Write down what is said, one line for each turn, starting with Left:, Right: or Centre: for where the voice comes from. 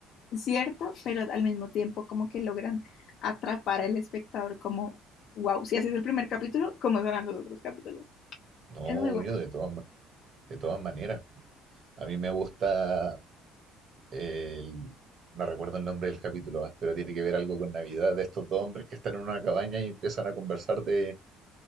Left: cierto, pero al mismo tiempo como que logran atrapar al espectador como, wow, si haces el primer capítulo, ¿cómo serán los otros capítulos?
Right: No,
Left: Es muy bueno.
Right: yo de todas, ma- de todas maneras. A mí me gusta el... No recuerdo el nombre del capítulo, ah, pero tiene que ver algo con Navidad, de estos dos hombres que están en una cabaña y empiezan a conversar de,